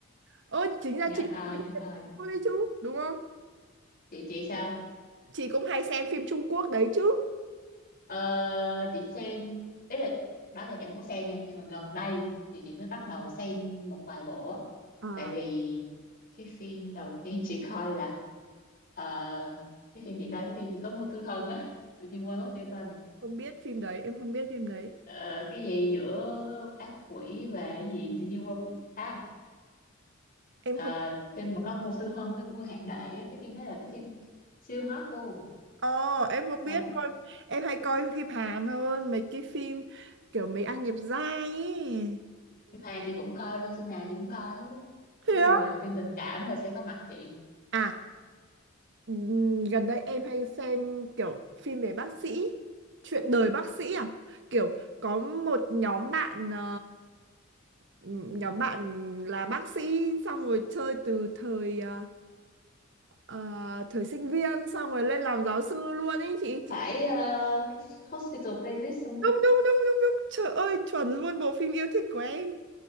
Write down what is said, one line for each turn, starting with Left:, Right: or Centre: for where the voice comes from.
Right: Ơ, chính ra
Left: nhớ
Right: chị
Left: coi
Right: cũng
Left: nhớ
Right: hay xem
Left: coi
Right: phim đấy chứ, đúng không?
Left: chị chị sao
Right: Chị cũng hay xem phim Trung Quốc đấy chứ.
Left: ờ, chị xem đấy là đó là chị không có xem nha nhưng mà gần đây thì chị mới bắt đầu xem một vài bộ á
Right: À,
Left: tại vì cái phim đầu tiên chị coi là ờ, cái phim gì ta cái phim gì có Ngô Thư Hân á tự nhiên quên mất tiêu tên này
Right: không biết phim đấy, em không biết phim đấy.
Left: Ờ, cái gì giữa ác quỷ và cái gì tự nhiên quên mất. à
Right: Em
Left: Ờ,
Right: không,
Left: phim mà có Ngô Thư Hân với Vua Hạc Đệ á, cái phim đó là cái phim siêu hot luôn
Right: ờ, em không
Left: xong
Right: biết luôn. Em hay coi phim Hàn hơn, mấy cái phim kiểu mấy anh đẹp trai ấy.
Left: phim Hàn chị cũng coi luôn phim nào chị cũng coi hết á.
Right: Thế
Left: nói
Right: á?
Left: chung là phim tình cảm là sẽ có mặt chị
Right: À, Ừm, Gần đây em hay xem kiểu phim về bác sĩ, chuyện đời bác sĩ à? Kiểu có một nhóm bạn ờ, ừm, nhóm bạn là bác sĩ xong rồi chơi từ thời ờ, ờ, thời sinh viên xong rồi lên làm giáo sư luôn ấy chị chị.
Left: phải ờ, cái Hospital Playlist không
Right: Đúng đúng đúng đúng đúng. Trời ơi, chuẩn luôn bộ phim yêu thích của em.